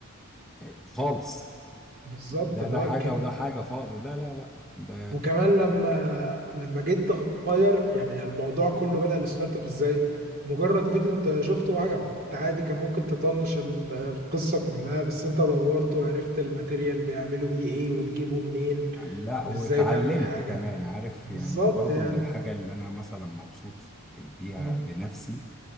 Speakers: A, in the centre; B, on the right (about 45°).
A: إيه، خالص
B: بالظبط
A: ده
B: اللي
A: ده
B: هو
A: حاجه
B: كان
A: وده حاجه خالص لا لا لا ده
B: وكمان لما لما جيت تغير يعني الموضوع كله بدأ الستارت اب ازاي مجرد فيديو انت شفته وعجبك انت عادي كان ممكن تطنش ال- القصة كلها بس انت دورت وعرفت الماتيريال بيعملوا بيه ايه وتجيبه منين
A: لا
B: وازاي
A: واتعلمت
B: تعمل حاجة
A: كمان عارف
B: بالظبط
A: يعني برضو
B: يعني
A: من الحاجه اللي انا مثلا مبسوط بيها
B: مم.
A: لنفسي